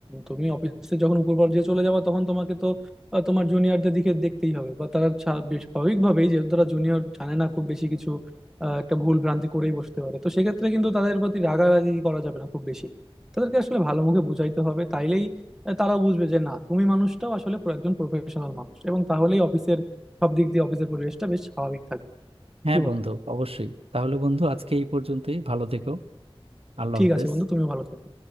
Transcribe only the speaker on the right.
হ্যাঁ
বন্ধু অবশ্যই তাহলে বন্ধু আজকে এই পর্যন্তই ভালো থেকো আল্লাহ
হাফেজ